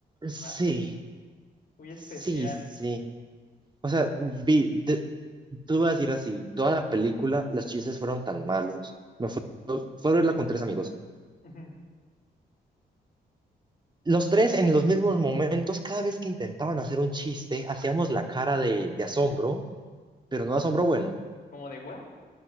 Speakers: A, on the right; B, on the left.
A: Sí.
B: ra- muy
A: Sí,
B: especial.
A: sí. O sea, vi, de- tú vas a decir así, toda la película, los chistes fueron tan malos. Me fue, fue a verla con tres amigos.
B: Ujú.
A: Los tres en los mismos momentos, cada vez que intentaban hacer un chiste, hacíamos la cara de, de asombro, pero no asombro bueno.
B: Como de, ¿what?